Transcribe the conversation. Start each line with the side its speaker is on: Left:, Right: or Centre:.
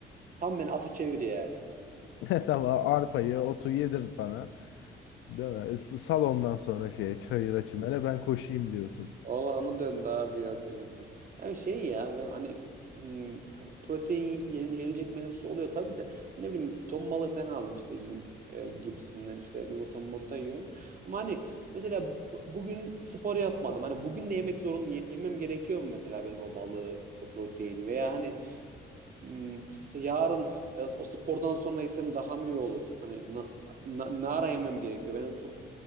Right: tam beni ata çevir yani.
Left: <laughs> Tamam arpayı, otu yedirt bana. Değil mi? S- Sal ondan sonra şeye çayıra çimene ben koşayım diyorsun.
Right: Olağanı döndü abi ya senin için. Yani şey ya ben hani hmm, protein yen- yenilecek mevzusu oluyor tabii de. Ne bileyim ton balığı falan aldım işte yiyeyim e, gibisinden işte yumurta yumurta yiyorum. Ama hani mesela bu- bugün spor yapmadım. Hani bugün de yemek zorun ye- yemem gerekiyor mu mesela benim o balığı proteini veya hani Hmm, işte yarın e, o spordan sonra yesem daha mı iyi olur? Hani na, na, nara yemem gerekiyor. Ben onu çok